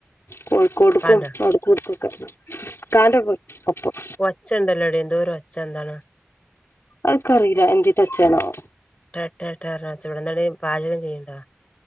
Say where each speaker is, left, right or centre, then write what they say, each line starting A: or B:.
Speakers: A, on the left; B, on the left.
A: കോഴിക്കോട്ക്കും
B: പ്പാന്റോ
A: ഔട്ക്കും, ഇവട്കൊക്കെ ഇകാന്റെ ഒപ്പം.
B: ഒച്ചണ്ടല്ലടി എന്തോരൊച്ച എന്താണ്?
A: അത്ക്കറീല എന്തിൻ്റച്ചേണാവോ?
B: ട്ടാ ട്ടാ ട്ടാ ർഞ്ഞ ഒച്ച എവടന്നെടീ പാചകം ചെയ്യ്ണ്ടോ?